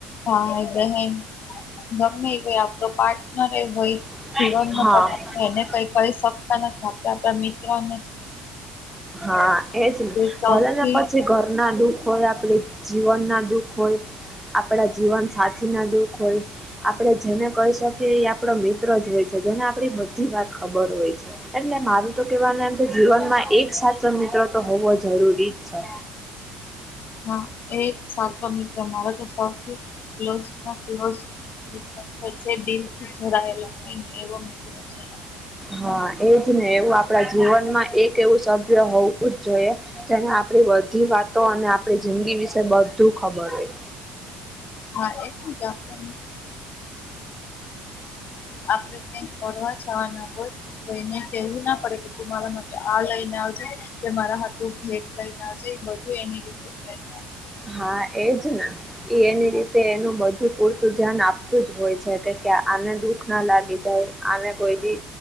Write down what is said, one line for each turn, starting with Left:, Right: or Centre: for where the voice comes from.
Left: ભાઈ બહેન ગમે કો આપ પાર્ટનર એ હોય
Centre: છે.
Left: હિરન ન
Centre: હા
Left: પ એને કઈ કરી શકતા નથી આપડે આપણા મિત્રને
Centre: હા એજ ને
Left: જે સૌથી
Centre: ભલે ને પછી ઘર ના બી હોય આપડી જીવન ના દુઃખ હોય આપણા જીવન સાથી ના દુઃખ હોય, આપડે જેને કહી શકીએ એ આપડો મિત્ર જ હોય છે જેને આપડી બધી વાત ખબર હોય છે. એટલે મારું તો કેવાનું એમ કે જીવનમાં એક સાચો મિત્ર તો હોવો જરૂરી જ છે.
Left: હા એ સાચો મિત્ર મારા તો સૌથી ક્લો માં ક્લો મિત્ર થઈ ચ દિલ થી જરાયેલો હોય ને એવો મિત્ર છે મારો.
Centre: હા એજ ને એવું આપડા જીવનમાં એક એવું સભ્ય હોવું જ જોઈએ તેને આપણી બધી વાતો અને આપણી જિંદગી વિશે બધું ખબર હોય.
Left: હા એટ કે <inaudible> આપડે ક્યાંક ફરવા જવાના હોય તો એને કેવું ના પડે કે તું મારા માટે આ લઈને આવજ કે મારા તું ભેટ લઈને આજે બધું એની રીતે લઈને છે.
Centre: હા એજ ને. એ એની રીતે એનું બધું પૂરતું ધ્યાન આપતું જ હોય છે કે આને દુઃખ ના લાગી જાય આને કોઈ બી